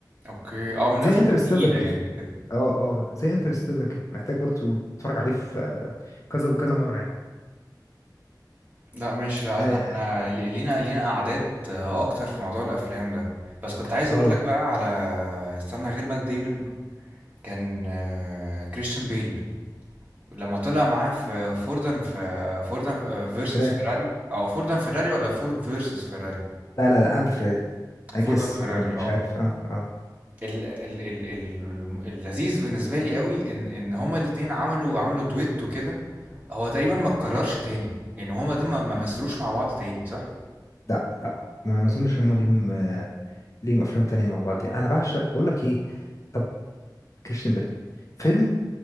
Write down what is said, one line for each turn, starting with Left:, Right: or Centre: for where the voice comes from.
Right: اوكي اه من الافلام
Left: زي انترستيلر
Right: التقيله
Left: كده
Right: يعني كده
Left: اه اه زي انترستيلر كده محتاج برضه تتفرج عليه في آه، كذا وكذا مره يعني
Right: لا مش لا
Left: اه
Right: انا احنا لي- لينا لينا قعدات آه، اكتر في موضوع الافلام ده بس كنت عايز اقول
Left: اه آه،
Right: لك بقى على استنى غير مات ديمون كان آه، كريستيان بيل لما طلع معاه في فوردن في فوردن فيرسس
Left: فراري
Right: فيراري او فوردن فيراري ولا فورد فيرسس فيراري
Left: لا لا لا اند فريدي اي
Right: فوردن
Left: جس
Right: فيراري
Left: مش
Right: اه
Left: عارف اه اه
Right: ال ال ال ال اللذيذ بالنسبه لي قوي ان ان هما الاتنين عملوا عملوا دويت وكده هو تقريبا ما اتكررش تاني يعني هما دول ما ما مثلوش مع بعض تاني صح
Left: لا لا ما ما اظنش ان هم ليهم آه، ليهم افلام تانية مع بعض يعني انا بعشق بقول لك ايه طب كريستيان بيل فيلم